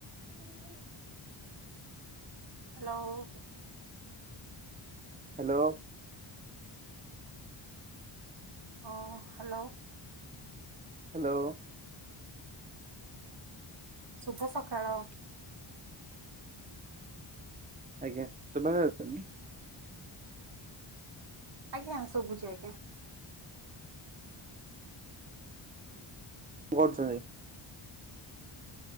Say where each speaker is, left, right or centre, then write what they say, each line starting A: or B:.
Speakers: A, on the right (about 20°); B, on the right (about 55°).
A: <inaudible>
B: ହ୍ୟାଲୋ।
A: ହାଲୋ।
B: ହଁ ହାଲୋ।
A: ହାଲୋ।
B: ଶୁଭ ସକାଳ।
A: ଆଜ୍ଞା ଶୁଭା ଯାଉନି କି?
B: ଆଜ୍ଞା ଶୁଭୁଛି ଆଜ୍ଞା।
A: କଣ କରୁଛନ୍ତି।